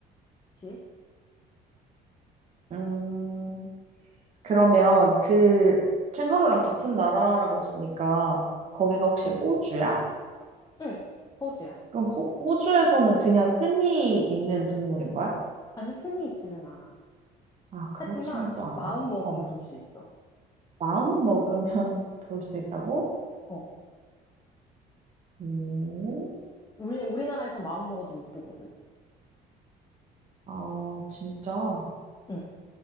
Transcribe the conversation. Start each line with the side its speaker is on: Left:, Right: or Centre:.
Left: 그치?
Right: 음, 그러면 그 캥거루랑 같은 나라라고 했으니까, 거기가 혹시
Left: 응.
Right: 호주야?
Left: 응, 호주야.
Right: 그럼 호, 호주에서는 그냥 흔히 있는 동물인 거야?
Left: 아니, 흔히 있지는 않아.
Right: 아, 그렇지는
Left: 하지만
Right: 또 않아.
Left: 마음 먹으면
Right: 어,
Left: 볼 수 있어.
Right: 마음 먹으면 <laughs> 볼 수 있다고?
Left: 어.
Right: 오,
Left: 우리, 우리나라에서 마음 먹어도 못 보거든.
Right: 아, 진짜.
Left: 응,